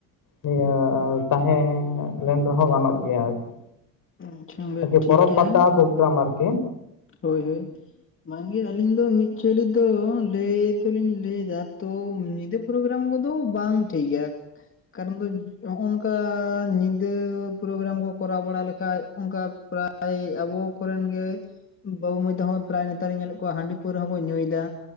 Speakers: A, on the left (about 50°); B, on the left (about 30°).
A: ᱱᱤᱭᱟᱹ ᱛᱟᱦᱮᱸ ᱞᱮᱱ ᱨᱮᱦᱚᱸ ᱜᱟᱱᱚᱜ ᱜᱮᱭᱟ ᱟᱨᱠᱤ
B: ᱟᱪᱪᱷᱟ ᱵᱮᱥ
A: ᱟᱨᱠᱤ
B: ᱴᱷᱤᱠ
A: ᱯᱚᱨᱚᱵᱽ
B: ᱜᱮᱭᱟ
A: ᱯᱟᱛᱟ ᱯᱨᱳᱜᱨᱟᱢ ᱟᱨᱠᱤ
B: ᱦᱳᱭ ᱦᱳᱭ ᱵᱟᱝᱜᱮ ᱟᱹᱞᱤᱧ ᱫᱚ ᱢᱤᱫᱪᱳᱭᱮᱞᱤ ᱫᱚ ᱞᱮᱭ ᱛᱚᱞᱤᱧ ᱞᱮᱭ ᱫᱟ ᱛᱚ ᱧᱤᱫᱟᱹ ᱯᱨᱳᱜᱨᱟᱢ ᱠᱚᱫᱚ ᱵᱟᱝ ᱴᱷᱤᱠ ᱜᱮᱭᱟ ᱠᱟᱨᱚᱱ ᱫᱚ ᱱᱚᱜ ᱱᱚᱝᱠᱟ ᱧᱤᱫᱟᱹ ᱯᱨᱳᱜᱨᱟᱢ ᱠᱚ ᱠᱚᱨᱟᱣ ᱵᱟᱲᱟ ᱞᱮᱠᱷᱟᱡ ᱚᱱᱠᱟ ᱯᱨᱟ ᱭ ᱟᱵᱚ ᱠᱚᱨᱮᱱ ᱜᱮ ᱵᱟᱹᱵᱩ ᱢᱟᱹᱭ ᱛᱟᱦᱚᱸ ᱯᱨᱟᱭ ᱱᱮᱛᱟᱨᱤᱧ ᱧᱮᱞᱮᱫ ᱠᱚᱣᱟ ᱦᱟᱺᱰᱤ ᱯᱟᱹᱣᱨᱟᱹ ᱦᱚᱸ ᱠᱚ ᱧᱩᱭᱫᱟ